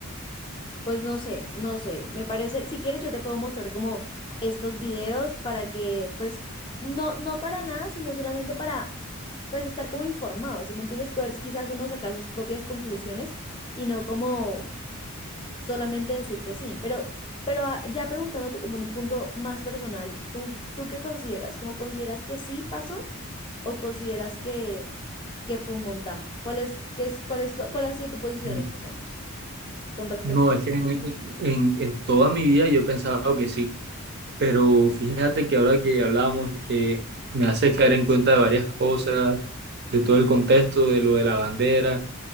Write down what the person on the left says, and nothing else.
Pues no sé, no sé. Me parece, si quieres, yo te puedo mostrar como estos videos para que, pues, no, no para nada, sino solamente para, pues, estar como informados, ¿sí me entiendes? Poder si quizás uno sacar sus propias conclusiones y no como solamente decir que sí. Pero, pero ah, ya preguntándote como en un punto más personal, ¿tú, tú qué consideras? ¿Cómo consideras que sí pasó o consideras que, que fue un montaje? ¿Cuál es, qué es, cuál es tu- cuál ha sido tu posición
estos años con respecto
a...